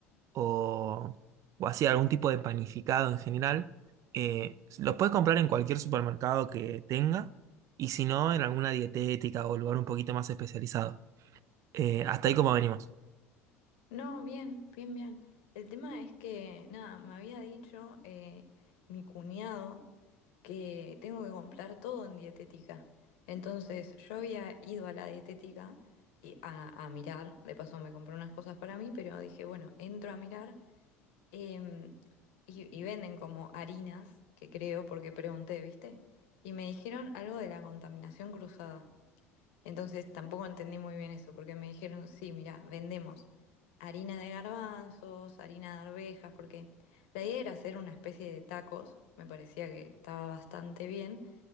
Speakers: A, on the right; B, on the left.
A: o, o así algún tipo de panificado en general. Eh, los puedes comprar en cualquier supermercado que tenga y si no, en alguna dietética o lugar un poquito más especializado. Eh, hasta ahí como venimos.
B: No, bien, bien, bien. El tema es que, nada, me había dicho eh, mi cuñado que tengo que comprar todo en dietética. Entonces, yo había ido a la dietética y a, a mirar, de paso me compré unas cosas para mí, pero dije, bueno, entro a mirar em, y, y venden como harinas, que creo, porque pregunté, ¿viste? Y me dijeron algo de la contaminación cruzada. Entonces tampoco entendí muy bien eso, porque me dijeron, sí, mira, vendemos harina de garbanzos, harina de arvejas, porque la idea era hacer una especie de tacos, me parecía que estaba bastante bien,